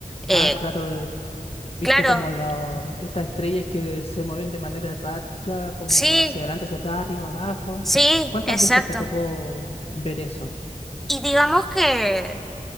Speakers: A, in the centre; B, on the left.
A: Eh,
B: Ah, claro, Viste
A: claro,
B: como los estas estrellas que se mueven de manera errática, como
A: sí,
B: hacia adelante, hacia atrás, arriba, abajo.
A: sí,
B: ¿Cuántas
A: exacto.
B: veces te tocó ver eso?
A: Y digamos que